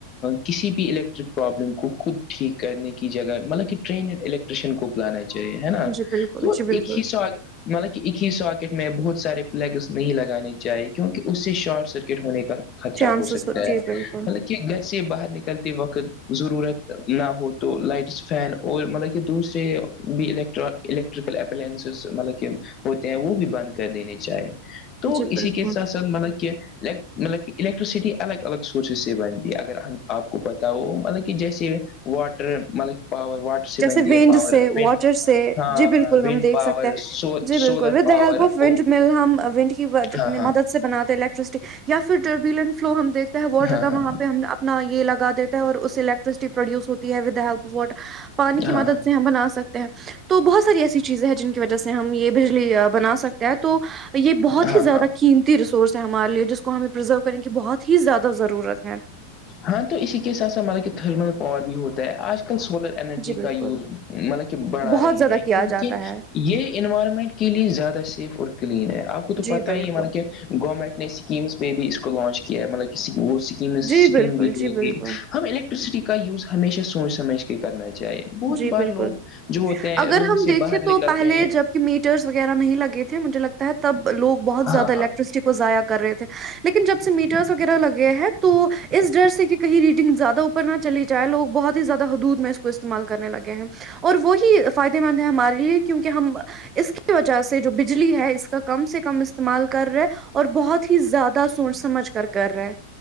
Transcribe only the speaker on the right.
جی بالکل
جی بالکل
چانسز
جی بالکل
جی
بالکل
جیسے
وینڈ
سے واٹر
سے
جی بالکل
ہم دیک
سکتے ہیں جی بالکل
with
the help of ونٹ
مل ہم ونٹ کی
مد سے باتے ہیں الیکٹرسٹی یا پھر ربیلن فلو ہم دیکتے ہے واٹر
کا
وہاں پہ ہم نہ یہ لگا دیتا ہے اور اس سے الیکٹرسٹی پروڈیوس ہوتی ہے وا ہیلپ وٹ پانی کی مدد
سے ہم بنا سکتے تو بہت ساری ایسی چیزیں ہیں جن کی وجہ سے ہم یہ بجلی بنا سکتے ہیں تو یہ بہت
ہی زیادہ
قیمتی ریسورس ہے ہمارے لیے جس کو ہمیں پرزرو کرنے کی بہت ہی زیادہ ضرورت ہے
جی بالکل
بہت
زیادہ
کیا
جاتا ہے
جی
بالکل
جی بالکل
جی بالکل
جی بالکل
اگر
ہم
دیکھیں
تو
پہلے
جب میٹرس وغیرہ نہیں لگے تھے مجھ لگتا ہے تبوگ بہت زیادہ
الیکٹرسٹی
<unintelligible> ضائع کر رہے تھے لیکن جب سے میٹرس وغیرہ لگے ہیں تو اس ڈر سے کہ کہیں ریڈنگ زیادہ اوپر نہ چلی جائے لوگ بہت ہی زیادہ حدود میں اس کو استعمال کرنے لگے ہیں اور وہی فائدے مند ہے ہمارے لیے کیونکہ ہم اس کی وجہ سے جو بجلی ہے اس کا کم سے کم استعمال کر رہے اور بہت ہی زیادہ سوچ سمجھ کر کر رہا ہے